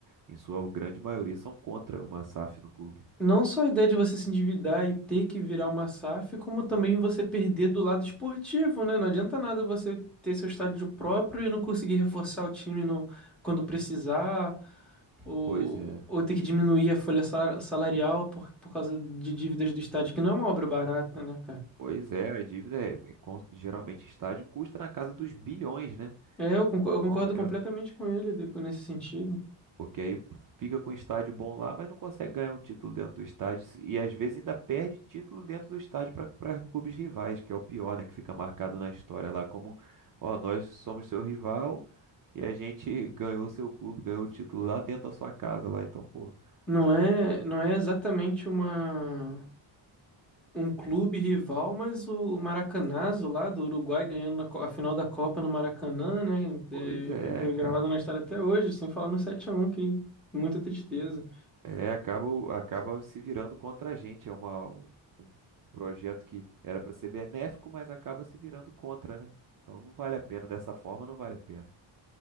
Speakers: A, on the right; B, in the centre.
A: em sua grande maioria, são contra uma SAF no clube.
B: Não só a ideia de você se endividar e ter que virar uma SAF, como também você perder do lado esportivo, né? Não adianta nada você ter seu estádio próprio e não conseguir reforçar o time no, quando precisar, ou,
A: Pois é.
B: ou ter que diminuir a folha sa- salarial por, por causa de dívidas do estádio, que não é uma obra barata, né, cara?
A: Pois é, a dívida é, é con- geralmente estádio custa na casa dos bilhões, né?
B: É, eu concor-
A: Então,
B: eu concordo
A: é,
B: completamente com ele de- nesse sentido.
A: Porque aí fica com o estádio bom lá, mas não consegue ganhar um título dentro do estádio. E às vezes ainda perde título dentro do estádio para clubes rivais, que é o pior, né? Que fica marcado na história lá como, ó, nós somos seu rival e a gente ganhou seu clube, ganhou o título lá dentro da sua casa lá. Então, pô,
B: Não é, não é exatamente uma um clube rival, mas o, o Maracanazo lá do Uruguai ganhando na co- a, final da Copa no Maracanã, né? É,
A: pois é,
B: gra-
A: cara.
B: gravado na história até hoje, sem falar no sete a um que muita tristeza.
A: É, acaba, o- acaba se virando contra a gente. É uma, um, um projeto que era para ser benéfico, mas acaba se virando contra, né? Então não vale a pena. Dessa forma, não vale a pena.